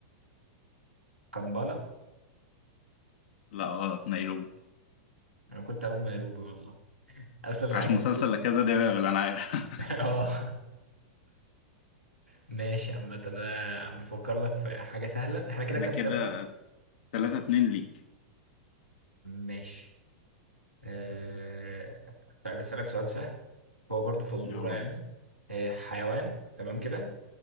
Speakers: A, on the right; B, on the left.
A: كمبالا
B: لا غلط نيروبي
A: انا كنت اقول نيروبي والله اسال الحاجات
B: عشان مسلسل
A: دي
B: لا كذا ده بابل أنا عارف <laughs>
A: <laughs> اه ماشي عامة انا بفكر لك في حاجة سهلة احنا كده
B: إحنا
A: كام
B: كده
A: كام
B: 3 2 ليك
A: ماشي أه... طيب هسألك سؤال سهل هو برضو فزورة
B: يلا
A: يعني
B: بينا
A: أه حيوان تمام كده